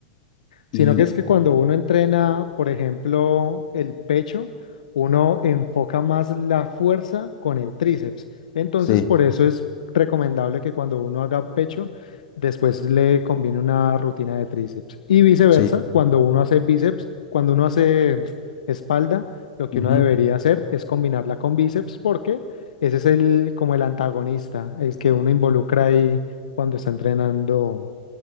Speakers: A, on the left (about 75°); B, on the left (about 50°).
A: Sino
B: Y
A: que es que cuando uno entrena, por ejemplo, el pecho, uno enfoca más la fuerza con el tríceps. Entonces,
B: sí,
A: por eso es recomendable que cuando uno haga pecho, después le combine una rutina de tríceps. Y viceversa,
B: sí.
A: cuando uno hace bíceps, cuando uno hace espalda, lo que
B: Ujú.
A: uno debería hacer es combinarla con bíceps porque ese es el como el antagonista, el que uno involucra ahí cuando está entrenando.